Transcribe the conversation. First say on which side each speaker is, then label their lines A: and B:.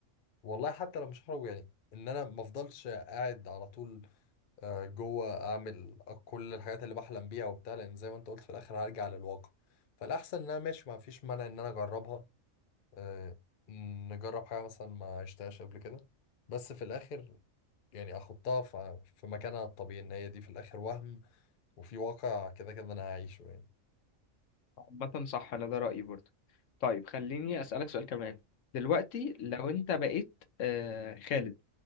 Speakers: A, on the left; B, on the left.
A: والله حتى لو مش هخرج يعني ان انا ما افضلش قاعد على طول آه، جوه اعمل كل الحاجات اللي بحلم بيها وبتاع لان زي ما انت قلت في الاخر هرجع للواقع فالاحسن ان انا ماشي ما فيش مانع ان انا اجربها آه، نجرب حاجة مثلا ما عشتهاش قبل كده بس في الاخر يعني احطها في في مكانها الطبيعي ان هي دي في الاخر وهم وفي واقع كده كده انا هعيشه يعني
B: عامة صح أنا ده رأيي برضه طيب خليني أسألك سؤال كمان دلوقتي لو أنت بقيت آه، خالد